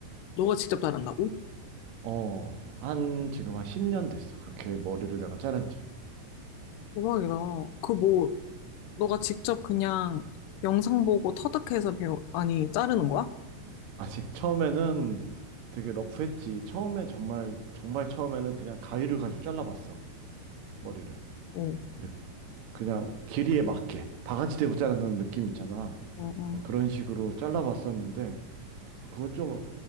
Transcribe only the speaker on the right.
어, 한, 지금 한 10년 됐어. 그렇게 머리를 내가 자른 지.
아니, <laughs> 처음에는 되게 러프했지. 처음에 정말, 정말 처음에는 그냥 가위를 가지고 잘라봤어. 머리를.
이렇게 그냥 길이에 맞게. 바가지 대고 자르는 느낌 있잖아.
뭐 그런 식으로 잘라봤었는데, 그건 좀,